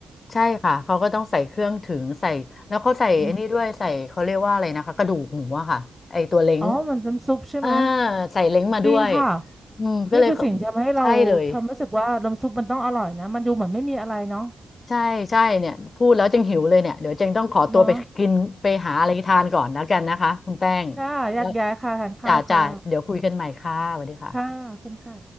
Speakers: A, on the left (about 50°); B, in the centre.
A: ใช่ค่ะเขาก็ต้องใส่เครื่องถึงใส่แล้วเขาใส่ไอ้นี้ด้วยใส่เขาเรียกว่าอะไรนะคะกระดูกหมูอะค่ะไอตัวเล้ง
B: อืมอ๋อมันน้ำซุปใช่ไหม
A: อ่าใส่เล้งมาด้วย
B: จริงค่ะ
A: อืมก็เลยเขา
B: นี่คือสิ่งที่ทำให้เราทำรู้สึกว่าน้ำซุปมันต้องอร่อยนะมันดูเหมือนไม่มีอะไรเนาะ
A: ใช่เลยใช่ใช่เนี่ยพูดแล้วจึงหิวเลยเนี่ยเดี๋ยวจึงต้องขอตัวไปกินไปหาอะไรทานก่อนแล้วกันนะคะคุณแป้ง
B: เนาะ ค่ะแยกย้ายค่ะทานข้าวค่ะ
A: แล้วจ่าจ่าเดี๋ยวคุยกันใหม่ค่ะสวัสดีค่ะ
B: ค่ะขอบคุณค่ะ